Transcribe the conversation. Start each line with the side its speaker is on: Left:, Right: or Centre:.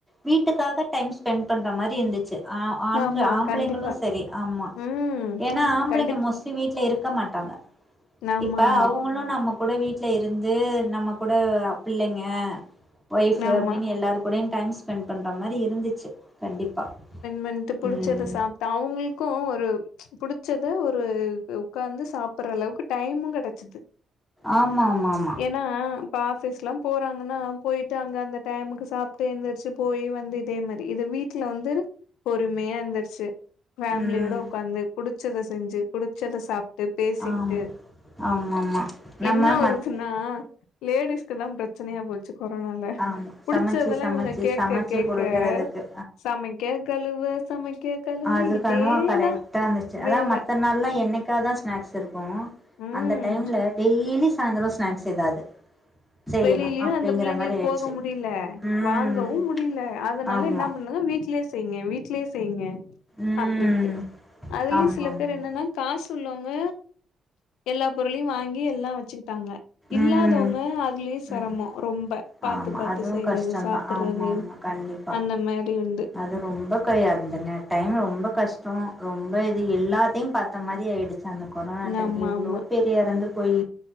Centre: வீட்டுக்காக டைம் ஸ்பெண் பண்ற மாறி இருந்துச்சு அ, ஆண்க
Left: ஆமா
Centre: ஆம்பளைங்களு
Left: கண்டிப்பா
Centre: சரி, ஆமா
Left: ம்
Centre: ஏன்னா ஆம்பளைங்க
Left: கண்டிப்
Centre: மோஸ் லி வீட்ல இருக்க மாட்டாங்க
Left: ஆமா
Centre: இப்ப
Left: ஆமா
Centre: அவுங்குளு நமக் குட வீட்டுல இருந்து நம்ம கூட அ பிள்ளைங்க ஒய்ஃபு
Left: ஆமா
Centre: அப்டின்னு எல்லார் கூடயு டைம் ஸ்பெண் பண்ற மாரி இருந்துச்சு கண்டிப்பா
Left: மென்ட்டு புடிச்சத
Centre: ம்
Left: சாப்ட்டா அவுங்களுக்கு ஒரு புடிச்ச த ஒரு உக்காந்து சாப்பட்ற ளவுக்கு டைமு கெடச்சது
Centre: ஆமாமாம்மா
Left: என்னா ப்ப ஆஃபிஸ்லா போறாங்கன்னா பொய்ட்டு அங்க அந்த டைம்முக்கு சாப்ட்டு எந்திருச்சு போய் வந்து இதே மாறி இது வீட்ல வந்து பொறுமையா இருந்துச்சு ஃபேம்லியோட
Centre: ம்
Left: ஒக்காந்து புடிச்சத செஞ்சு புடிச்சத சாப் ட்டு பேசிக்கிட்டு
Centre: ஆம் ஆமாமா நம்ம
Left: என்ன
Centre: மத்
Left: ஒரு அ லேடிஸ்க்கு தா பிரச்சனையா போச்சு கொரோனால
Centre: ஆமா
Left: புடிச்சததுல்லா
Centre: சமச்சு சமச்சு
Left: இவ்ங்க கேக்க
Centre: சமச்சு
Left: கேக்க
Centre: குடுக்கறதுக்கு
Left: சமைக் கே கலுவ சமைக்க கழுவ
Centre: அதுக்கனுவா
Left: இதேதா
Centre: கரெக்ட்டா இருந்துச்சு அதான்
Left: வேல
Centre: மத்த நாள்ல்லா என்னைக்காதா ஸ்நாக்ஸ் இருக் அப்போ
Left: ம்
Centre: அந்த டைம்ல டெய்லி சாயந்தர ஸ்நாக்ஸ் எதாது செய்யணு
Left: வெளிலையு
Centre: அப்டிங்கிற
Left: அந்த பிள்ளைங்களுக்கு
Centre: மாரி ஆயிடுச்சு
Left: போக முடியில
Centre: ம்
Left: வாங்கவு முடியில அதனால
Centre: ஆமா
Left: என்ன பண்ணதுக வீட்லயே செய்ங்க வீட்லே செய்ங்க
Centre: ம்
Left: அப்டின்ட்டு அதுலையு
Centre: ஆமா
Left: சில
Centre: ஆமா
Left: பேர் என்னென்னா காஸ் உள்ளவங்க எல்லா பொருளையு வாங்கி எல்லா வெச்சுக்கிட்டாங்க இல்லாதவங்
Centre: ம்
Left: க அதுலையே செரம்மோ
Centre: ம்
Left: ரொம்ப பாத்து
Centre: ஆமா
Left: பாத்து
Centre: அதுவு
Left: செய்யறது
Centre: கஷ்டந்தா
Left: சாப்புட்றது
Centre: ஆமா ஆமா கண்டிப்பா
Left: அந்த மாரி உண்டு
Centre: அது ரொம்ப <unintelligible> அந்த நே டைம் ரொம்ப கஷ்டோ ரொம்ப இது. எல்லாத்தயு பாத்த மாரி ஆயிடு ச்சு அந்த கொரோனா டைம்ல
Left: ஆமா
Centre: எவ்வளோ
Left: ஆமா
Centre: பேர் எறந்து போய்